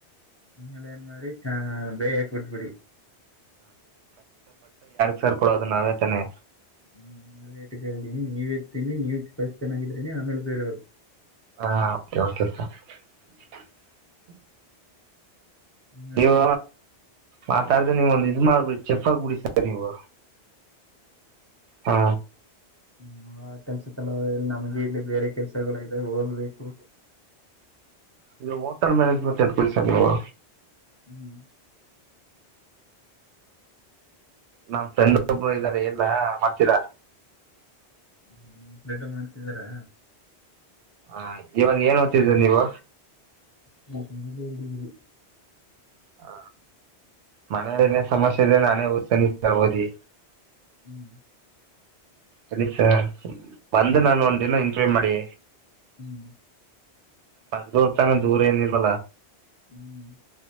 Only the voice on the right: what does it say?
ಸೇರ್ಕೊಳೋದು ನಾವೇ ತಾನೆ?
ಹಾ <unintelligible>
ನೀವೂ ಮಾತಾಡ್ದೆನೆ ನೀವೊಂದ್ ಇದ್ ಮಾಡ್ಬಿಡಿ ಚೆಕ್ ಹಾಕ್ಬಿಡಿ ಸಾರ್ ನೀವು, ಹಾ
ಇದು ಮೋಟಲ್ ಮ್ಯಾನೇಜ್ಮೆಂಟ್ ಎತ್ಕೊಳಿ ಸಾರ್ ನೀವು.
ನಮ್ ಫ್ರೆಂಡ್ ಒಬ್ರು ಇದಾರೆ ಹೇಳ್ಲಾ ಮಾಡ್ತೀರಾ?
ಆಯ್ತ್ ಇವಾಗ ಏನ್ ಓದ್ತಿದ್ದಿರ್ ನೀವು?
ಹಾ. ಮನೇಲಿನ್ನೇನ್ ಸಮಸ್ಯೆ ಇದೇನಾ? <unintelligible> ಓದಿ
ಬನ್ನಿ ಸಾರ್. ಬಂದ್ ನಾನ್ ಒಂದ್ ದಿನ ಇ ಟ್ರೈ ಮಾಡಿ
ಬರ್ಬೋದ್ ತಾನೆ ದೂರ ಏನ್ ಇಲ್ವಲ್ಲ.